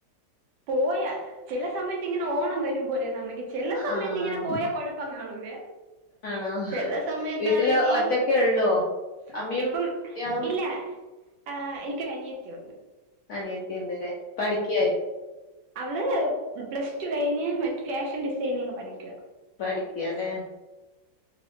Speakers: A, on the right; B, on the left.
A: പോയാ ചെല സമയത്ത് ഇങ്ങനെ ഓണം വെര്മ്പോ പോലെയാണ് അമ്മക് ചെല സമയത്ത്
B: ആഹ്
A: ഇങ്ങനെ പോയാ കൊഴപ്പം കാണൂല്ലാ
B: ആണോ
A: ചെല സമയത്താണെങ്കി
B: വീട്ടില് ഒറ്റക്കെ
A: <unintelligible>
B: ഉള്ളോ അമ്മയും
A: ഇപ്പം
B: ഇയാളും
A: ഇല്ല ആാ എനിക്കൊര് അനിയത്തിയെണ്ട്
B: അനിയത്തിയേണ്ടാല്ലേ പഠിക്ക്യാ
A: അവള് പ്ലസ് ടു കഴിഞ്ഞ് മറ്റ് ഫാഷൻ ഡിസൈനിങ് പഠിക്ക്യവാ
B: പഠിക്ക്യാല്ലോ